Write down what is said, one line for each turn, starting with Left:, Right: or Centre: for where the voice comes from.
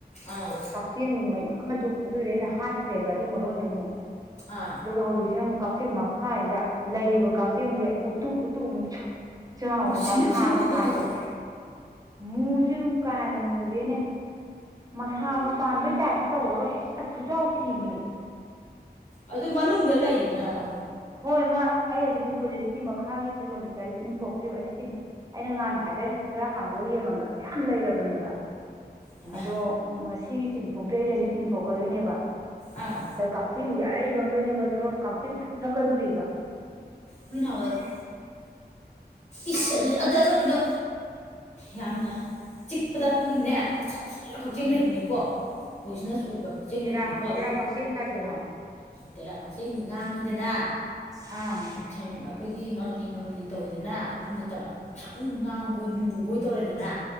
Left: ꯑꯥ
Right: ꯀꯛꯆꯦꯡ ꯃꯌꯥꯝ ꯃꯖꯨ ꯑꯗꯨꯏꯗꯤ ꯑꯩꯅ ꯍꯥꯠꯈ꯭ꯔꯦꯕ ꯑꯗꯨ ꯃꯔꯣꯟꯖꯦ ꯑꯃꯨꯛ
Left: ꯑꯥ
Right: ꯑꯗꯨꯒ ꯍꯧꯖꯤꯛꯁꯤꯅ ꯑꯃꯨꯛ ꯀꯛꯆꯦꯡ ꯈꯥꯖꯤꯗ ꯂꯩꯔꯤꯕ ꯀꯛꯆꯦꯡꯁꯦ ꯎꯇꯨꯄ ꯎꯇꯨꯄ ꯃꯨꯛ ꯆꯥꯎꯋꯦ
Left: ꯃꯨꯁꯤꯟ
Right: ꯃꯁꯥꯒ
Left: ꯃꯨꯁꯤꯟ ꯃꯨꯕꯗꯨꯔꯣ
Right: ꯄꯥꯟ ꯃꯨ ꯖꯨ ꯀꯥ ꯍꯦꯟꯅꯥ ꯃꯨꯗꯦꯅꯦ ꯃꯁꯥꯒ ꯄꯥꯟꯕꯩ ꯇꯥꯏꯞ ꯇꯧꯔꯒ ꯍꯦꯛꯇ ꯈꯨꯆꯥꯎ ꯊꯤꯃꯤ
Left: ꯑꯗꯨ ꯃꯅꯨꯡꯗ ꯂꯩꯔꯤꯔꯕ
Right: ꯍꯣꯏ ꯃꯥ ꯑꯩ ꯍꯧꯖꯤꯛ ꯎꯄꯨꯁꯤ ꯁꯤ ꯃꯈꯥꯒꯤ ꯐꯤꯔꯣꯟ ꯀꯩꯀꯥꯥꯁꯦ ꯆꯤꯡꯊꯣꯛꯇ꯭ꯔꯤꯕ ꯑꯁꯤ ꯆꯤꯡ ꯑꯩꯅ ꯉꯍꯥꯟ ꯍꯥꯏꯐꯦꯠ ꯈꯔ ꯍꯥꯡꯗꯣꯀꯑꯥ ꯌꯦꯡꯉꯝꯕꯗ ꯃꯌꯥꯝ ꯂꯩꯔꯕꯅꯦꯕ
Left: ꯍꯩꯃꯥ
Right: ꯑꯗꯣ ꯉꯁꯤꯒꯤ ꯆꯤꯡꯊꯣꯛꯠꯔꯤ ꯑꯩꯁꯦ ꯍꯧꯖꯤꯛ ꯆꯤꯡꯊꯣꯛꯀꯗꯣꯏꯅꯦꯕ
Left: ꯑꯥ
Right: ꯑꯗ ꯀꯥꯛ ꯀꯛꯆꯦꯡ ꯑꯥꯔꯩꯕꯥꯒꯩꯅꯦꯕꯥ ꯊꯣꯔꯛ ꯀꯛꯆꯦꯡ ꯃꯌꯥꯝ ꯊꯣꯛꯂꯛꯀꯗꯣꯔꯤꯕꯥ
Left: ꯈꯣꯏ ꯅꯍꯥꯟꯋꯥꯏꯗꯤ ꯏꯁ ꯑꯗꯨꯗꯤ ꯑꯗ ꯅꯪꯒꯤꯗꯣ ꯌꯥꯝꯅ ꯆꯤꯛꯄꯗ ꯑꯩꯈꯣꯏꯒꯤ ꯅꯦ ꯁꯥꯊꯤꯕ ꯀꯛꯆꯦꯡ
Right: ꯎꯝ
Left: ꯂꯩꯕꯅꯤꯀꯣ ꯄꯣꯏꯖꯅꯁ ꯑꯣꯏꯕ ꯀꯛꯆꯦꯡ
Right: ꯇꯦꯔꯥ
Left: ꯂꯩꯕꯅꯤꯀꯣ ꯑꯗꯨ
Right: ꯇꯦꯔꯥ ꯀꯛꯆꯦꯡ ꯀꯥꯏꯗꯨꯔꯣ
Left: ꯇꯦꯔꯥ ꯀꯛꯆꯦꯡꯗꯤ ꯉꯥꯡꯉꯤꯗꯅ
Right: ꯑꯥ
Left: ꯁꯪ ꯑꯈꯣꯏꯒꯤ ꯉꯥꯡꯂꯤ ꯉꯥꯡꯂꯤ ꯇꯧꯋꯤꯗꯅ ꯑꯗꯨ ꯅꯠꯇꯕ ꯉꯁꯪ ꯉꯥꯡꯕꯣꯏ ꯃꯨꯕꯣꯏ ꯇꯧꯔꯦꯗꯅ